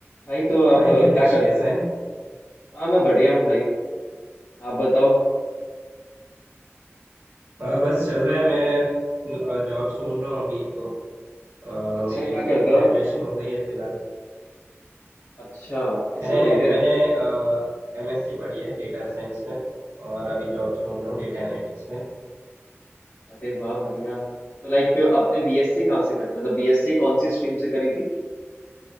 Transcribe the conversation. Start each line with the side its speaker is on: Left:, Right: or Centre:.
Left: भाई तो आप
Right: हाय
Left: क्या
Right: हिरदेश
Left: करते
Right: कैसा
Left: हो
Right: है
Left: हाँ मैं बढ़िया हूँ भाई आप बताओ
Right: अ, बस चल रहा है मैं जॉब ढूंढ रहा हूँ अभी तो अ,
Left: अच्छा
Right: मेरी
Left: क्या करते
Right: ग्रेजुएशन
Left: हो आप
Right: हो गई है फिलहाल
Left: अच्छा किसमें
Right: मैंने
Left: हुई है
Right: मैंने एमएससी पढ़ी है डेटा साइंस में और अभी जॉब्स ढूंढ रहा हूँ डेटा एनालिटिक्स में
Left: अरे वाह बढ़िया तो लाइक आपने बीएससी कहाँ से करी मतलब बीएससी कौन सी स्ट्रीम से करी थी